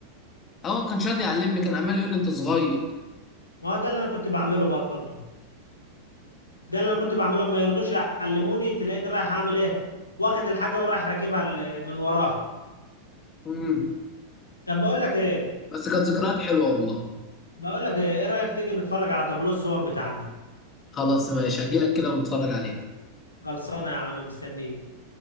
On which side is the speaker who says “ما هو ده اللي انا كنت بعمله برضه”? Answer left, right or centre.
Left